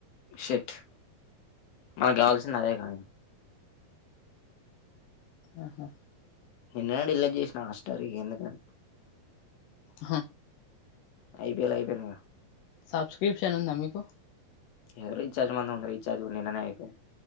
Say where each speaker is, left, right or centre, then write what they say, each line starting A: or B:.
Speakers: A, on the left (about 80°); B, on the left (about 70°).
A: షెట్ మన కావాల్సింది అదే గా
B: ఆహా
A: నిన్ననే డిలీట్ చేసిన హస్టర్ ఇగ ఎందుకని
B: ఆహ
A: ఐపీఎల్ అయిపోయింది గా
B: సబ్స్క్రిప్షన్ ఉందా మీకు
A: ఏదో రీఛార్జ్ మందం ఉండే రీచార్జ్ కుడా నిన్ననే అయిపోయింది.